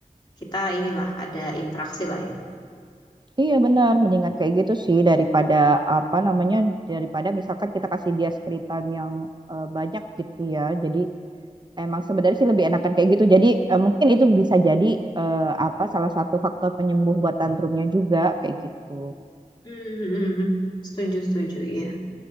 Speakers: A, on the left; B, on the right.
A: kita inilah ada interaksi lah ya.
B: Iya benar, mendingan kayak gitu sih daripada apa namanya daripada misalkan kita kasih dia screen time yang eh, banyak gitu ya. Jadi emang sebenarnya sih lebih enakan kayak gitu. Jadi eh, mungkin itu bisa jadi eh, apa salah satu faktor penyembuh buat tantrumnya juga kayak gitu.
A: Hmm, hmm, hmm. setuju setuju ya.